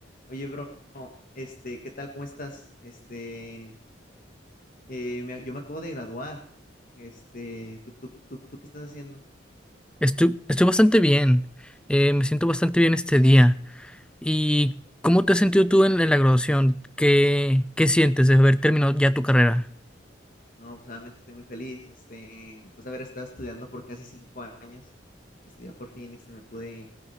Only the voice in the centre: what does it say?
Estoy, estoy bastante bien. Eh, me siento bastante bien este día. ¿Y cómo te has sentido tú en, en la graduación? ¿Qué, qué sientes de haber terminado ya tu carrera?